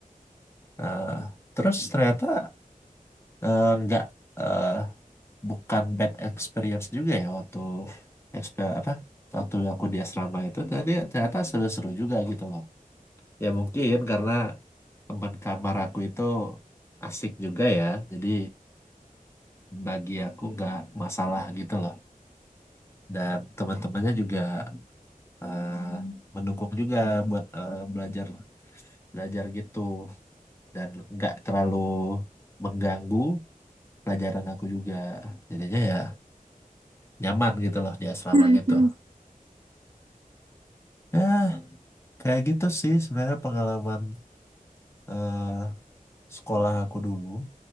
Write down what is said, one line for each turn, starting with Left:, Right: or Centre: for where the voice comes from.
Left: Eh, terus ternyata eh, nggak eh, bukan bad experience juga ya waktu exper- apa waktu aku di asrama itu jadi ternyata seru-seru juga gitu loh ya mungkin karena teman kamar aku itu asik juga ya jadi bagi aku nggak masalah gitu loh dan teman-temannya juga eh, mendukung juga buat eh, belajar belajar gitu dan nggak terlalu mengganggu pelajaran aku juga jadinya ya nyaman gitu loh di asrama
Right: <laughs> Hmm,
Left: gitu
Right: hmm.
Left: ya kayak gitu sih sebenarnya pengalaman eh, sekolah aku dulu